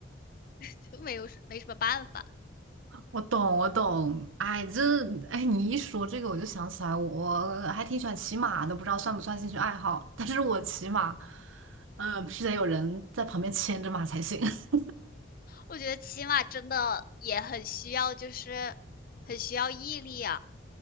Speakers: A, on the left; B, on the right.
A: <laughs> 就没有什没什么办法。
B: 我懂，我懂。哎，这哎，你一说这个，我就想起来，我还挺喜欢骑马的，不知道算不算兴趣爱好。但是我骑马，嗯、必须得有人在旁边牵着马才行。<laughs>
A: 我觉得骑马真的也很需要，就是很需要毅力啊。